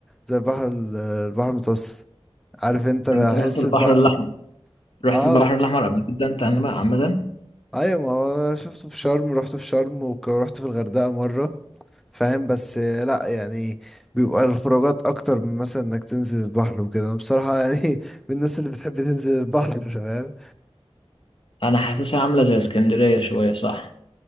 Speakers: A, in the centre; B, on the left.
A: زي البحر ال- البحر المتوسط عارف انت بحس
B: انت رحت البحر
A: بقى
B: الاحمر رحت
A: اه
B: البحر الاحمر قبل كده انت عن- عمدا
A: ايوه ما هو شفته في شرم رحت في شرم ورحت في الغردقة مرة فاهم بس آه، لا يعني بيبقى الخروجات اكتر من مثلا انك تنزل البحر وكده انا بصراحه يعني <laughs> من الناس اللي بتحب تنزل البحر <laughs> فاهم
B: انا حاسسها عاملة زي اسكندرية شوية صح